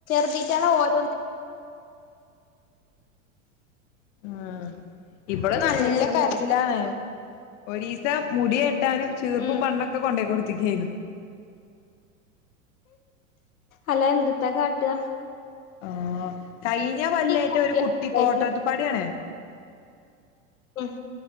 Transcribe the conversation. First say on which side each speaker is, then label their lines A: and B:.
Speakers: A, on the left; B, on the left.
A: ട്ട ഓര
B: ഉം ഇവിടെ നല്ല
A: സമ്മയിച്ചണംന്നറിം
B: കരച്ചിലാണ് ഒരീസ മുടിെട്ടാനും ചീർപ്പും
A: ഉം
B: പണ്ണൊക്കെ കൊണ്ട പോോയി കൊടുത്തക്കുകായിരുന്നു
A: അല എന്തത്താ കാട്ടുക
B: ആഹ കഴിഞ്ഞ കൊല്ലായിറ്റ
A: കുട്ടികളായിട്ടില്ല
B: ഒരു കുട്ടി കോട്ടത്ത്ുപ്പാട ആണേ
A: ആഹ